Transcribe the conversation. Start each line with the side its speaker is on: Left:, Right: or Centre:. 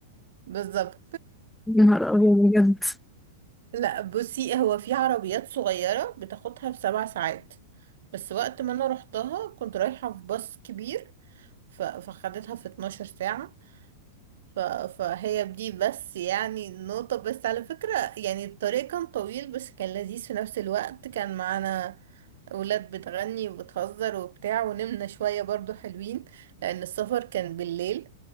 Right: بالظبط
Centre: يا نهار ابيض بجد
Right: <laughs> لا بصي هو في عربيات صغيرة بتاخدها في سبع ساعات بس وقت ما انا رحتها كنت رايحة في باص كبير ف- فخدتها في 12 ساعة ف... فهي بدي بس يعني نقطة بس على فكرة يعني الطريق كان طويل بس كان لذيذ في نفس الوقت كان معانا أولاد بتغني وبتهزر وبتاع ونمنا شوية برضو حلوين لأن السفر كان بالليل